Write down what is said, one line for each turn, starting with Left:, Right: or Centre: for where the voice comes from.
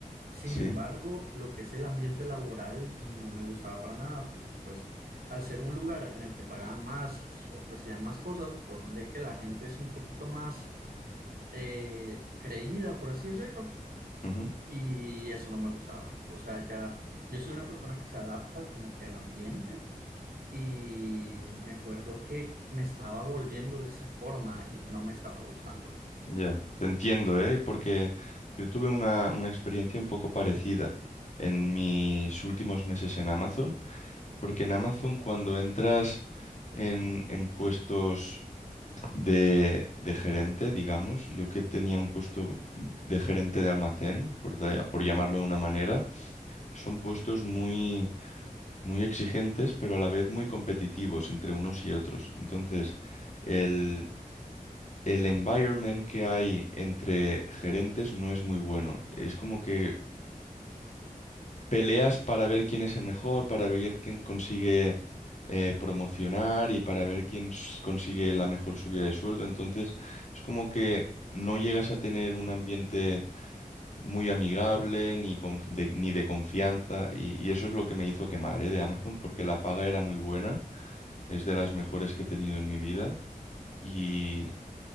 Right: Sin
Left: sí,
Right: embargo, lo que es el ambiente laboral no me gustaba para nada porque pues al ser un lugar en el que pagaban más, ofrecían más cosas, ponle que la gente es un poquito más eh, creída, por así decirlo
Left: ujú,
Right: y eso no me gustaba. O sea, ya yo soy una persona que se adapta como que al ambiente y me acuerdo que me estaba volviendo de esa forma y no me estaba gustando.
Left: ya, Te entiendo, ¿eh? Porque yo tuve una, una experiencia un poco parecida en mis últimos meses en Amazon, porque en Amazon cuando entras en, en puestos de, de gerente, digamos, yo que tenía un puesto de gerente de almacén, por, da- por llamarlo de una manera, son puestos muy, muy exigentes, pero a la vez muy competitivos entre unos y otros. Entonces, el, el environment que hay entre gerentes no es muy bueno. Es como que peleas para ver quién es el mejor, para ver quién consigue eh, promocionar y para ver quién s- consigue la mejor subida de sueldo. Entonces, es como que no llegas a tener un ambiente muy amigable, ni, conf- de, ni de confianza, y, y eso es lo que me hizo quemar, ¿eh? de Amazon, porque la paga era muy buena, es de las mejores que he tenido en mi vida, y,